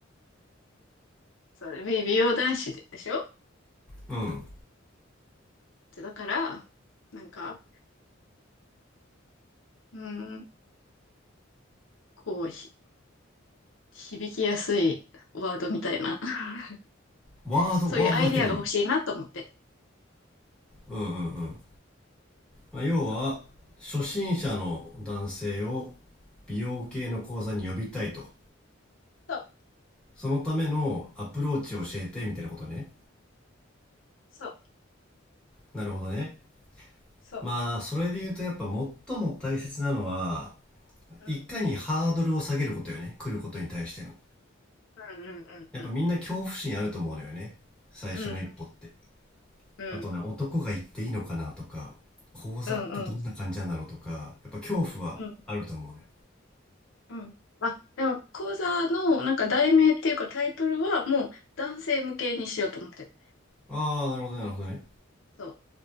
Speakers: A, on the left; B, in the centre.
A: それ、美美容男子でしょ
B: うん。
A: だから、なんか、うん、こう、ひ響きやすいワードみたいな、<laughs>
B: ワード、
A: そういうアイディアが欲しいなと思って。
B: ワードだけでいいのうんうんうん。まあ要は、
A: そう、
B: 初心者の男性を美容系の講座に呼びたいと。
A: そう、
B: そのためのアプローチを教えてみたいなことね。
A: そう、
B: なるほどね。
A: そう。
B: まあ、それで言うとやっぱ最も大切なのは、
A: うん、
B: いかにハードルを下げることよね。来ることに対しての。
A: うん、うん、
B: やっぱみんな恐怖心あると思うのよね。
A: うん、
B: 最初の一歩って。
A: うん、うん、
B: あとね、男が行っていいのかなとか、講座ってどんな感じなんだろうとか、
A: うん、うん、
B: やっぱ恐怖はあると思うね。
A: うん、うん。うんあ、でも、講座の、なんか、題名っていうか、タイトルは、もう、男性向けにしようと思ってる。
B: ああ、なるほどね、なるほどね。
A: そう。